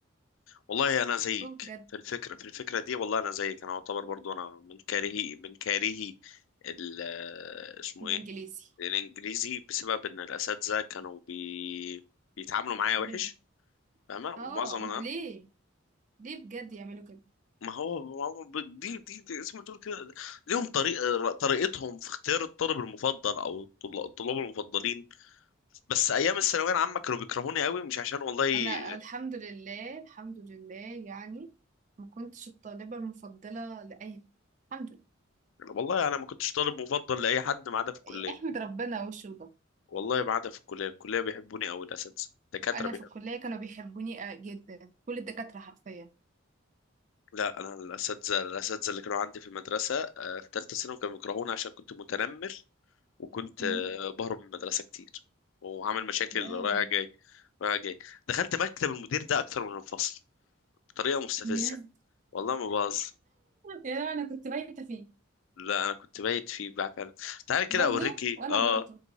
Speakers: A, on the left (about 70°); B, on the right (about 35°).
A: والله انا زيك
B: بكرهه بجد
A: في الفكره في الفكره دي والله انا زيك انا اعتبر برضو انا من كارهي من كارهي ال آه، اسمه
B: الانجليزي
A: ايه الانجليزي بسبب ان الاساتذه كانوا بي بيتعاملوا معايا
B: م-
A: وحش فاهمه
B: اه
A: ومعظم
B: م-
A: انا
B: ليه ليه بجد يعملوا كده
A: ما هو ما هو ب- دي دي دي زي ما تقول كده ليهم طريقه طريقتهم في اختيار الطالب المفضل او الطل- الطلاب المفضلين بس ايام الثانويه العامه كانوا بيكرهوني قوي مش عشان والله
B: انا الحمد لله الحمد لله يعني ما كنتش الطالبة المفضلة لأي الحمد لله
A: والله انا ما كنتش طالب مفضل لاي حد ما عدا في الكليه
B: <laughs> احمد ربنا وشو ده
A: والله ما عدا في الكلية الكلية بيحبوني أوي الأساتذة الدكاترة
B: انا
A: بيحبوني
B: في الكليه كانوا بيحبوني آه، جدا كل الدكاتره حرفيا
A: لا أنا الأساتذة الأساتذة اللي كانوا عندي في المدرسة آه، في تالتة ثانوي كانوا بيكرهوني عشان كنت متنمر وكنت
B: مم.
A: آه، بهرب من المدرسة كتير وعامل مشاكل
B: يا
A: رايح جاي رايح جاي دخلت مكتب المدير ده أكتر من الفصل بطريقة مستفزة
B: يا <laughs>
A: والله ما باظ
B: يا لهوي، انا كنت بايته فيه
A: لا أنا كنت بايت فيه بقى فعلا تعالى كده
B: برضو
A: أوريكي
B: وانا
A: آه
B: برضو